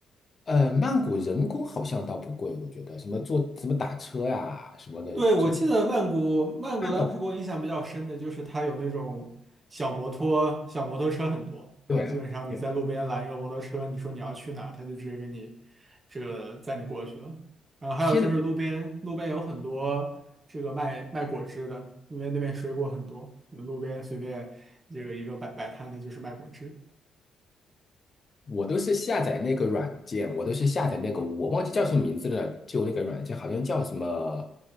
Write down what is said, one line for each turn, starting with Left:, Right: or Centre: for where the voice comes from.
Left: 呃，曼谷人工好像倒不贵，我觉得什么坐什么打车呀、什么的，
Right: 对，我记得曼谷，
Left: 就
Right: 曼谷当时给我印象比较深的就是它有那种小摩托、
Left: 看到
Right: 小摩托车很多啊，
Left: 对啊，
Right: 基本上你在路边拦一个摩托车，
Left: 对啊
Right: 你说你要去哪他就直接给你这个载你过去了。然后还有就是路边路边有很多这个卖卖果汁的，
Left: 现在。
Right: 因为那边水果很多，你路边随便这个一个摆摆摊的就是卖果汁。
Left: 我都是下载那个软件，我都是下载那个，我忘记叫什么名字了，就那个软件好像叫什么，